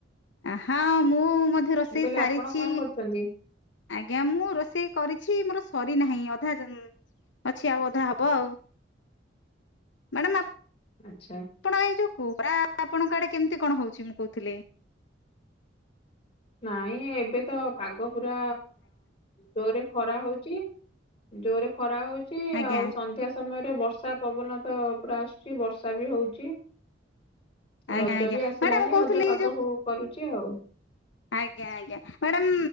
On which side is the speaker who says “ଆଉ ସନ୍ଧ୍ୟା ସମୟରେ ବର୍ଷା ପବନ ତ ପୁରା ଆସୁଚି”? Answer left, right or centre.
Left